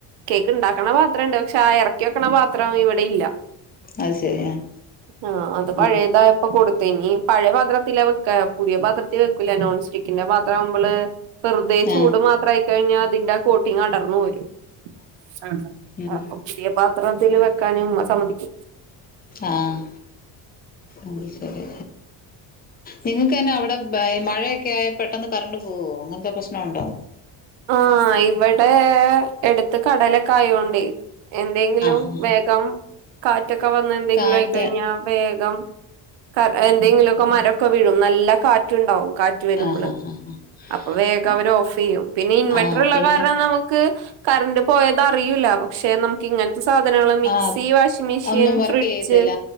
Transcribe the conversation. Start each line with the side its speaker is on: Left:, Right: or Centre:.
Right: കേക്ക് ഉണ്ടാക്കണ പാത്രം ഉണ്ട് പക്ഷെ ആ ഇറക്കി വെക്കണ പാത്രം ഇവിടെ ഇല്ല
Left: അത് ശരി ആഹ്
Right: ആഹ അത് പഴയതാ
Left: ഉം
Right: ഇപ്പൊ കൊട്ത്ത് ഇനി പഴയ പാത്രത്തിലാ വെക്ക പുതിയ പാത്രത്തിൽ വെക്കൂല നോൺ സ്റ്റിക്കിന്റെ പാത്ര മ്മള്. വെറുതെ ചൂട്
Left: ആഹ്
Right: മാത്രമായിക്കഴിഞ്ഞാ അതിന്റെ ആ കോട്ടിങ് അടർന്നു പോരും. ആഹ്
Left: ഉം
Right: അപ്പൊ പുതിയ പാത്രത്തില് വെക്കാനുംമ്മ സമ്മതിക്കോ.
Left: ആഹ്, അഹ് ശെരി. നിങ്ങക്കെന്ന അവിടെ വെ മഴയൊക്കെ ആയ പെട്ടെന്ന് കറണ്ട് പോവോ അങ്ങനത്തെ പ്രശ്നൊണ്ടോ.
Right: ആഹ് ഇവിടെ എടുത്ത് കടലൊക്കെ ആയോണ്ടേ. എന്തെങ്കിലും
Left: ആഹ് ആഹ്.
Right: വേഗം കാറ്റൊക്കെ വന്ന് എന്തെങ്കിലും
Left: കാറ്റ്
Right: ആയിക്കഴിഞ്ഞാ വേഗം. കാ എന്തെങ്കിലൊക്കെ മരൊക്കെ വീഴും നല്ല കാറ്റുണ്ടാവും കാ റ്റ് വരുമ്പള്
Left: ആഹ് ആഹ് ആഹ്
Right: അപ്പൊ വേഗം
Left: ആഹ്.
Right: അവര് ഓഫ് ചെയ്യും. ഇൻവെർട്ടറുള്ള
Left: ആഹ് പിന്നെ
Right: കാരണം നമുക്ക് കറണ്ട്പോയത് അറിയൂല്ല പക്ഷെ നമുക്ക് ഇങ്ങന ത്തെ സാധനങ്ങള് മിക്സി,
Left: ആഹ്
Right: വാഷിംഗ് മെഷീൻ,
Left: ഒന്നും വർക്ക്
Right: ഫ്രിഡ്ജ്
Left: ചെയ്യത്തില്ല.